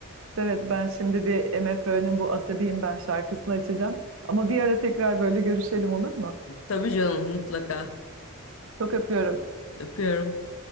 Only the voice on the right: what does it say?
evet ben şimdi bir MFÖ'nün bu Asabiyim Ben şarkısını açacağım. Ama bir ara tekrar böyle görüşelim olur mu?
Çok öpüyorum.